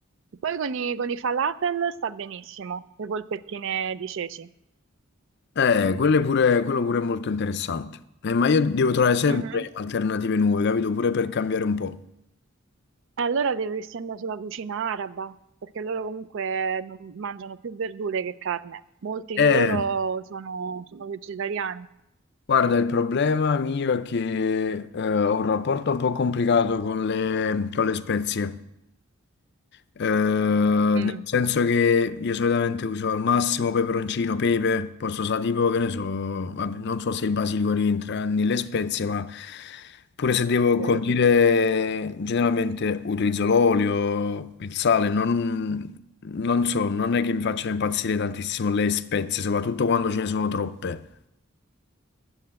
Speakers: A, on the right; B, on the left.
A: Poi con i, con i falafel sta benissimo, le polpettine di ceci.
B: Eh, quello è pure, quello pure è molto interessante. Eh, ma io devo trovare sempre
A: Mhm.
B: alternative nuove, capito? Pure per cambiare un po'.
A: E allora dovresti andare sulla cucina araba, perché loro comunque non- mangiano più verdure che carne. Molti
B: Eh,
A: di loro sono, sono vegetariani.
B: Guarda, il problema mio è che eh, ho un rapporto un po' complicato con le, con le spezie. Eh, nel
A: Mm,
B: senso che io solitamente uso al massimo peperoncino, pepe, posso usare tipo che ne so, vabbè, non so se il basilico rientra nelle spezie, ma pure se devo
A: teoria
B: condire,
A: sì. Ho
B: generalmente utilizzo l'olio, il sale, non, non so, non è che mi facciano impazzire tantissimo le spezie, soprattutto quando ce ne sono troppe.